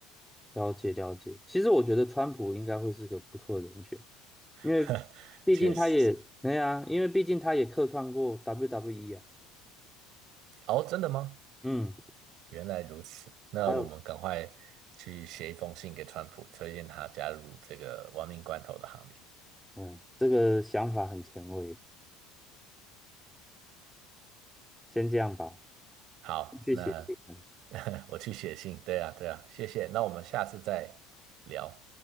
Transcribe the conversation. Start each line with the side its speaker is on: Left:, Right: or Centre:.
Centre: 了解了解，其实我觉得川普应该会是个不错的人选，因为
Right: <laughs>
Centre: 毕竟他也，
Right: 确实。
Centre: 对呀，因为毕竟他也客串过 WWE 啊。
Right: 哦，真的吗？
Centre: 嗯，
Right: 原来如此，那我们赶快去写一封信给川普，
Centre: 他有，
Right: 推荐他加入这个亡命关头的行列。
Centre: 嗯，这个想法很前卫，先这样吧，
Right: 好，
Centre: 先去写信了。
Right: 那 <laughs> 我去写信。对啊，对啊，谢谢。那我们下次再聊。